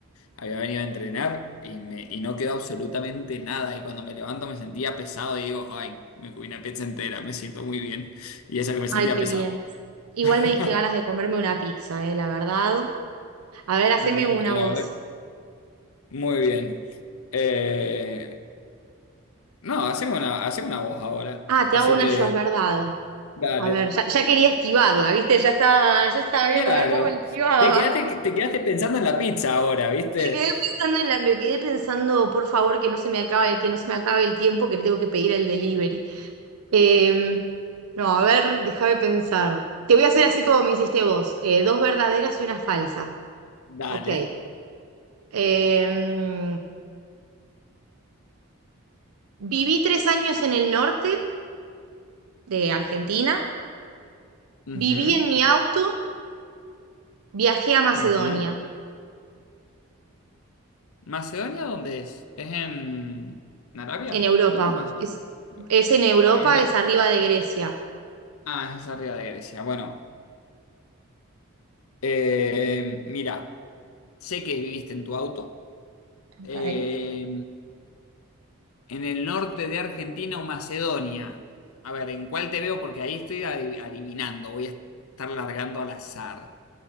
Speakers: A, on the left; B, on the right.
A: Había venido a entrenar y, me, y no quedó absolutamente nada. Y cuando me levanto me sentía pesado y digo, ay, me comí una pizza entera, me siento muy bien. Y eso que me sentía
B: Ay, qué
A: pesado.
B: bien. Igual
A: <laughs>
B: me diste ganas de comerme una pizza, eh, la verdad. A ver, haceme
A: Mm,
B: una
A: La
B: voz.
A: verdad, que muy bien. Eh, no, hacemos una, hacemos una voz ahora.
B: Ah, te
A: Así
B: hago una
A: te...
B: yo, es verdad.
A: Dale.
B: A ver, ya, ya quería esquivarla, ¿viste? Ya estaba, ya estaba viendo
A: Claro.
B: a ver cómo la esquivaba.
A: Te quedaste, te quedaste pensando en la pizza ahora, ¿viste?
B: Me quedé pensando en la, me quedé pensando, por favor, que no se me acabe, que no se me acabe el tiempo que le tengo que pedir el delivery. Em, no, a ver, déjame pensar. Te voy a hacer así como me hiciste vos. eh, dos verdaderas y una falsa.
A: Dale.
B: Ok. Em, Viví tres años en el norte de Argentina,
A: Ujú,
B: viví en mi auto, viajé a Macedonia,
A: ujú. ¿Macedonia dónde es? ¿Es en en Arabia?
B: en Europa.
A: ¿Dónde es Macedonia?
B: Es, es en Europa,
A: Es la-
B: es arriba de Grecia.
A: Ah, es arriba de Grecia. Bueno, eh, mira, sé que viviste en tu auto. Eh,
B: Ok.
A: en el norte de Argentina o Macedonia. A ver, ¿en cuál te veo? Porque ahí estoy adi- adivinando. Voy a estar largando al azar.